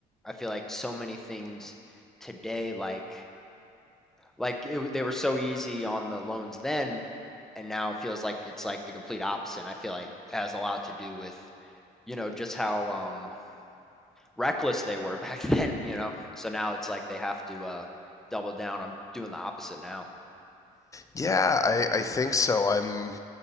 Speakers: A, in the centre; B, on the left.
A: I feel like so many things today, like like it, they were so easy on the loans then, and now it feels like it's like the complete opposite. And I feel like it has a lot to do with, you know, just how um reckless they were <laughs> back then, you know. So now it's like they have to uh double down I'm doing the opposite now.
B: Yeah,
A: <clears throat>
B: I, I think so. I'm